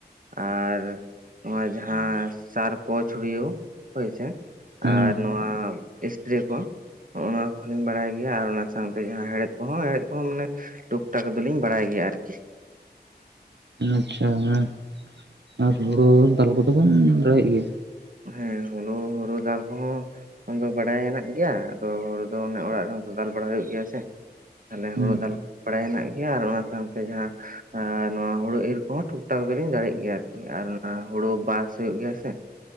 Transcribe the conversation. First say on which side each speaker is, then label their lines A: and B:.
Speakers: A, on the right; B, on the right.
A: ᱟᱨ ᱱᱚᱣᱟ ᱡᱟᱦᱟ ᱥᱟᱨ ᱠᱚ ᱪᱷᱩᱲᱤᱭᱟᱹᱣ ᱦᱳᱭ ᱥᱮ᱾
B: ᱦᱮᱸ
A: ᱟᱨ ᱱᱚᱣᱟ ᱮᱥᱯᱮᱨᱮ ᱠᱚ᱾ ᱦᱚᱸᱜ-ᱚ ᱱᱚᱣᱟ ᱠᱚ ᱜᱤ ᱞᱤᱧ ᱵᱟᱲᱟᱭ ᱜᱮᱭᱟ ᱟᱨ ᱚᱱᱟ ᱥᱟᱶᱛᱮ ᱡᱟᱦᱟᱸ ᱦᱮᱲᱦᱮᱫ ᱠᱚᱦᱚᱸ ᱦᱮᱦᱮᱫ ᱠᱚᱦᱚᱸ ᱢᱟᱱᱮ ᱴᱩᱠ ᱴᱟᱠ ᱫᱚᱞᱤᱧ ᱵᱟᱲᱟᱭ ᱜᱮᱭᱟ ᱟᱨᱠᱤ᱾
B: ᱟᱪᱪᱷᱟ ᱦᱮᱸ, ᱟᱨ ᱦᱩᱲᱩ ᱫᱟᱞ ᱠᱚᱫᱚ ᱵᱚᱱ ᱫᱟᱲᱮᱜ ᱜᱮᱭᱟ?
A: ᱦᱮᱸ ᱦᱩᱱᱩ ᱦᱳᱲᱳ ᱪᱟᱞ ᱠᱚ ᱦᱚᱸ ᱚᱱᱟᱫᱚ ᱵᱟᱰᱟᱭ ᱦᱮᱱᱟᱜ ᱜᱮᱭᱟ, ᱟᱫᱚ ᱦᱳᱲᱳ ᱫᱚ ᱚᱱᱮ ᱚᱲᱟᱜ ᱨᱮᱦᱚ ᱛᱚ ᱫᱟᱞ ᱵᱟᱲᱟ ᱦᱩᱭᱩᱜ ᱜᱮᱭᱟ ᱥᱮ᱾ ᱟᱞᱮ
B: ᱦᱩᱸ
A: ᱦᱳᱲᱳ ᱫᱟᱞ ᱵᱟᱲᱟᱭ ᱦᱮᱱᱟᱜ ᱜᱮᱭᱟ ᱟᱨ ᱚᱱᱟ ᱥᱟᱶᱛᱮ ᱡᱟᱦᱟᱸ ᱮᱸ ᱱᱚᱣᱟ ᱦᱩᱲᱩ ᱤᱨ ᱠᱚᱦᱚᱸ ᱴᱷᱩᱠᱴᱟᱠ ᱫᱚᱞᱤᱧ ᱫᱟᱲᱮᱜ ᱜᱮᱭᱟ ᱟᱨᱠᱤ᱾ ᱟᱨ ᱚᱱᱟ ᱦᱳᱲᱳ ᱵᱟᱥ ᱦᱩᱭᱩᱜ ᱜᱮᱭᱟ ᱥᱮ?